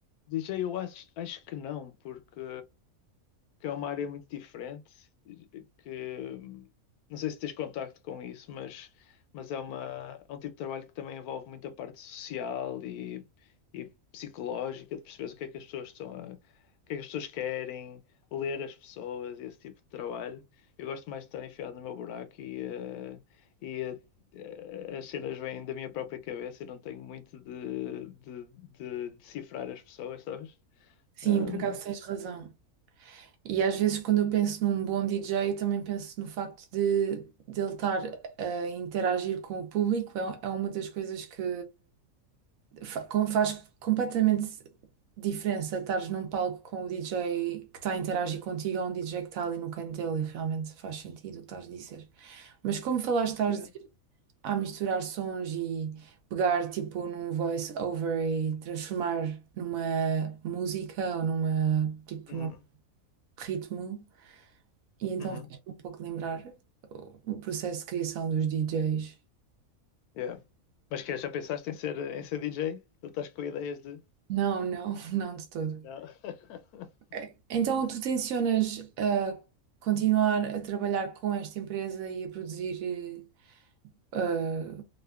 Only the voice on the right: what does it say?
sim,
por acaso tens razão. E às vezes quando eu penso num bom DJ, também penso no facto de, de ele estar a interagir com o público. É, é uma das coisas que fa- com- faz completamente diferença estares num palco com o DJ que está a interagir contigo ou um DJ que está ali no canto dele. E realmente faz sentido o que estás a dizer. Mas como falaste, estás
a ah, misturar sons e pegar tipo num voice over e transformar numa música ou numa tipo
num ritmo. E então
faz-me um pouco lembrar o o processo de criação dos DJs.
Não, não, <laughs> não de todo.
É, Então tu tencionas a continuar a trabalhar com esta empresa e a produzir eh, ah,